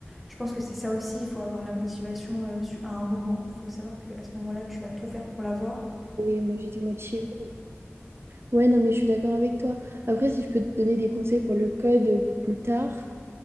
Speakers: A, in the centre; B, on the right.
A: je pense que c'est ça aussi. Il faut avoir la motivation, euh, su- à un moment. Il faut savoir que à ce moment-là, tu vas tout faire pour l'avoir.
B: Et moi, j'étais motivée. Ouais, non, mais je suis d'accord avec toi. Après, si je peux te donner des conseils pour le code pour plus tard,